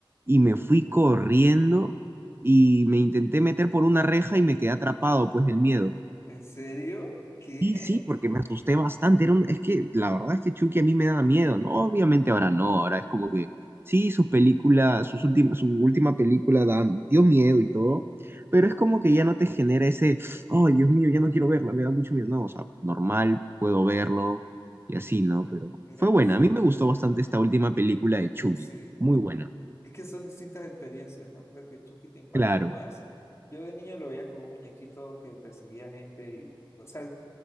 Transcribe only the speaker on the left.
¿En serio? ¿Qué?
<laughs>
Mira,
dice.
Sí.
Es que son distintas experiencias, ¿no? Creo que Chucky te impactó
más. Yo de niño lo veía como un muñequito que perseguía gente y, o sea,